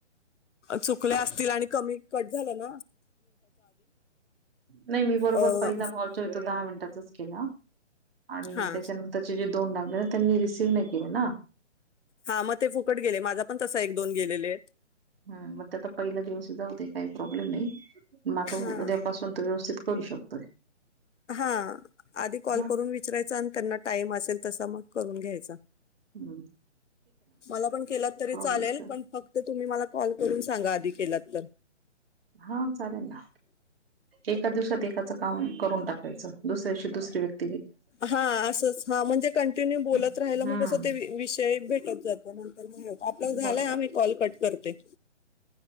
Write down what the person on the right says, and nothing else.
नाही. मी बरोबर
पहिला कॉल जो तो पहिल्या दहा मिनिटाचाच केला. आणि
त्याच्यानंतरचे जे तोन लावल तरी रिसीव्ह नाही. केले ना.
हा. म त्याका पहिला दिवसच जाऊ दे. काही प्रॉब्लेम नाही. म आता
उद्यापासून तर व्यवस्थित करू शकतोय.
हां.
हम्म.
घ्यायचं.
हा चालेल ना. एका दिवसात एकाचं काम करून टाकायचं. दुस ते शुद्ध <unintelligible>
हम्म.
बरोबर